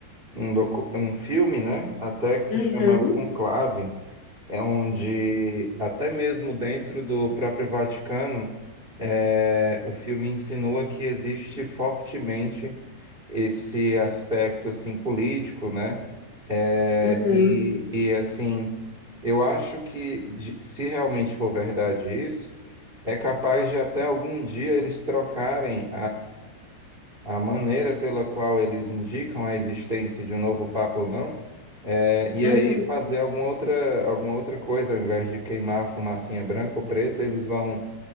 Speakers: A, on the right (about 65°); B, on the left (about 45°).
A: um, docu- um filme, né, até que se
B: Uhum,
A: chama O Conclave, é onde até mesmo dentro do próprio Vaticano, é, o filme insinua que existe fortemente esse aspecto assim político, né? É,
B: uhum,
A: e, e assim, eu acho que de- se realmente for verdade isso, é capaz de até algum dia eles trocarem a maneira pela qual eles indicam a existência de um novo Papa ou não, é, e
B: uhum,
A: aí fazer alguma outra, alguma outra coisa, ao invés de queimar a fumacinha branca ou preta, eles vão